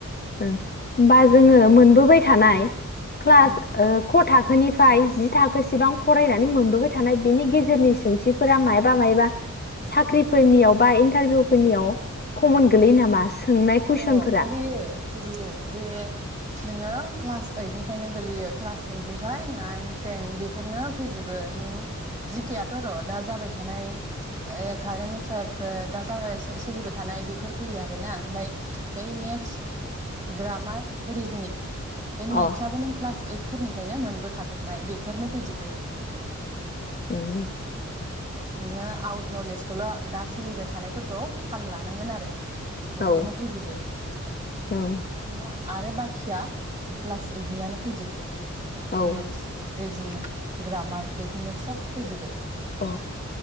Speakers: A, on the left (about 35°); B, on the right (about 25°).
A: ओ होमबा जोङो मोनबोबाय थानाय। क्लास
B: उम
A: ओ खथा। थाखोनिफ्राय जि थाखोसिबां फरायनानै मोनबोबाय थानाय बिनि गेजेरनि सोंथिफोरा मायबा मायबा साख्रिफोरनियाव बा इन्टारभिउफोरनियाव कमन गोलैयो नामा। सोंनाय कुइसनफोरा
B: अ गोलैयो। गोलैयो बे नोङो क्लास ओइटनिफ्रायनो गोलैयो क्लास ओइटनिफ्राय नाइन टेन बेफोरनो फैजोबो नों जि के याथ' र' दा जाबाय थानाय कारेन्ट एफेयारफोर दा जाबाय सोलिबाय थानाय बेफोर फैयो आरोना ओमफ्राय बै मेथ्स ग्रामार रिजिनिं बे
A: अ
B: मेथ्सआबो नों क्लास ओइट फोरनिफ्रायनो मोनबोखाजोबनाय बेफोरनो फैजोबो
A: उम।
B: नोङो आउट नलेजखौल' दा सोलिबाय थानायफोरखौ थाल लानांगोन आरो। बेफोरनो
A: औ
B: फैजोबो
A: औ
B: ना। आरो बाखिया क्लास ओइटनियानो फैजोबो।
A: औ
B: मेथ्स रेजिनिं ग्रामार बेफोरनो सब फैजोबो
A: अ